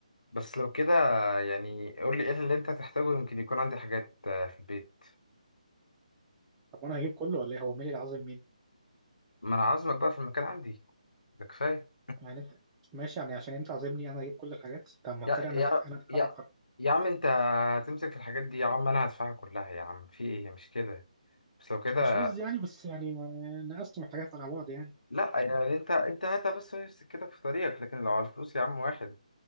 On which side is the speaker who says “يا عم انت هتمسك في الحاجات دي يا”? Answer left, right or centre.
Left